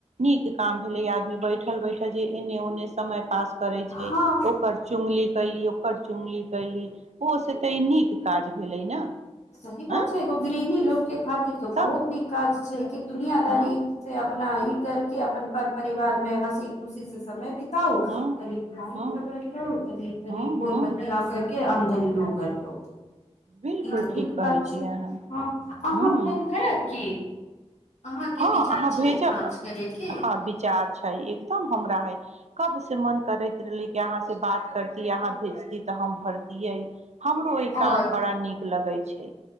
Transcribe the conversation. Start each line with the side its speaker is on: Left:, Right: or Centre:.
Right: नीक काम भेले आदमी बैठ बैठल बैठल जे एन्ने ओन्ने समय पास करै छै
Left: हँ
Right: ओकर चुगली कयली ओकर चुङ्गली कयली ओ से तऽ ई नीक काज भेलै ने
Left: सही
Right: हँ
Left: बात छै गृहणी लोकके तऽ बहुत
Right: तब
Left: नीक काज छै दुनियादारी
Right: हँ
Left: से अपना ई करके अपन पर परिवार मे हँसी खुशी से समय बितबै बताउ
Right: हँ
Left: तनी कन
Right: हँ
Left: खबर ल त तनी
Right: हँ
Left: बोल
Right: हँ
Left: बतिया करके कनियो करलो
Right: बिलकुल
Left: ई तो नीक
Right: ठीक कहै
Left: बात छै
Right: छियै अहाँ
Left: ह अहाँ फोन
Right: हँ
Left: धरब की अहाँके
Right: हँ
Left: विचार
Right: अहाँ भेजब
Left: छै काज करे के
Right: हँ विचार छै एकदम हमरा हइ कब से मन करैत रहली कि यहाँ से बात करती यहाँ भेजती त हम भरतियै हमरो ओहि काम
Left: और
Right: बड़ा नीक लगे छै छै